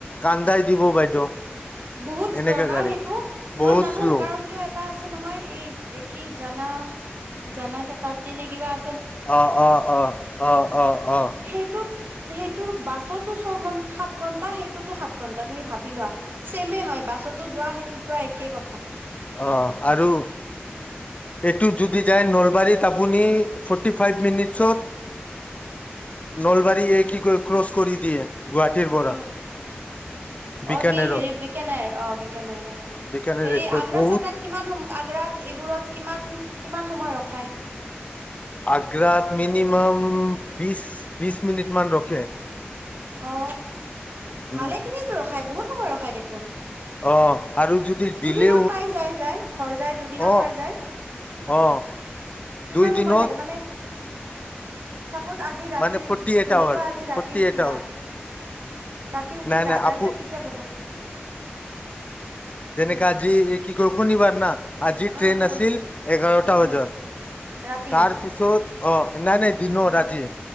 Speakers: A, on the left (about 35°); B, on the right (about 60°).
A: কান্দাই দিব বাইদেউ।
B: বহুত
A: এনেকা
B: শ্ল ন
A: গাড়ী
B: সেইটো,
A: বহুত
B: মই জানো
A: শ্ল' অ
B: কাৰণ কিয় এটা আছে নহয় এই কি জানা। জানা শাতাব্দি নে কিবা আ।
A: অ 'অ 'অ 'অ 'অ।
B: সেইটোত সেইটোৰ বাছতো ছঘটা সাত ঘন্টা, সেইটোতো সাত ঘন্টা তুমি ভাবি লোৱা। ছেমে হয় বাছতো যোৱা যোৱা একে ক
A: অ আৰু এইটো যদি যায়, নৈ আপুনি, ফৰ্তি ফাইভ মিনিটচ'ট নলবাৰী এ কি কৈ ক্ৰচ কৰি দিয়ে। গুৱাহাটীৰ পৰা
B: উম
A: বিকানেৰত
B: 'অ কি হেৰি বিকানেৰ অ, বিকানেৰ অ,
A: বিকানেৰ
B: হেৰি
A: এক্সপ্ৰেছ
B: আগ্ৰা
A: বহুত
B: চাগ্ৰাত কিমান সম আগ্ৰাত এইবোৰত কিমান। কিমান সময় ৰখাই?
A: আগ্ৰাত মিনিমাম বিছ বিছ মিনিট মান ৰখে।
B: অ।
A: উম
B: ভালেখিনি ৰখাই বহুত সময় ৰখায় দেখোন।
A: অ আৰু যদি
B: দুদিনত
A: দিলে
B: পাই যায় যাই ঘৰ যাই দুদিনত
A: অ
B: পাই যায়,
A: অ
B: কিমান
A: দুই দিনত
B: সময় লাগে মানে চব বাচ, আজি ৰাতি,
A: মানে ফৰ্টি এইট
B: ধৰি
A: আৱাৰ্চ
B: লোৱা আজি ৰাতি
A: ফৰ্টি
B: উঠিলা,
A: এইট আৱাৰ্চ
B: ৰাতি উঠিলা,
A: নাই নাই
B: তাৰপিছত
A: আপু
B: কেতিয়া পাবা?
A: যেনেকা
B: উম
A: আজি এইট কি কয় শনিবাৰ না? আজি
B: উম
A: ট্ৰেইন
B: উম
A: আছিল এঘাৰ টা
B: উম,
A: বাজাত
B: ৰাতি
A: তাৰ পিছত অ' নাই নাই দিনৰ,
B: উম,
A: আজি